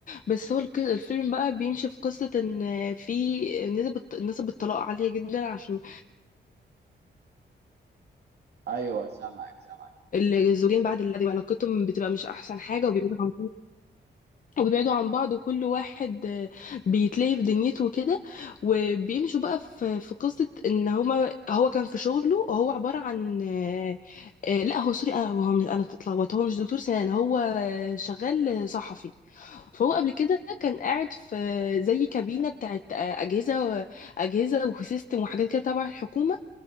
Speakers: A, on the left (about 45°); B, on the right (about 65°).
A: بس هو الك- الفيلم بقى بيمشي في قصه ان في نسب الط- نسب الطلاق عاليه جدا عشان
B: ايوه سامعك سامعك
A: الزوجين بعد العقد علاقتهم بتبقى مش احسن حاجه وبيبقوا وبيبعدوا عن بعض وكل واحد آه، بيتلهي في دنيته وكده وبيمشوا بقى في في قصة ان هما هو كان في شغله هو عبارة عن آه، آه، لا هو سوري انا هو مش- انا اتلخبطت هو مش دكتور سنان هو آه، شغال صحفي فهو قبل كده كان قاعد في زي كابينة بتاعت آه، أجهزة أجهزة وسيستم وحاجات كده تبع الحكومة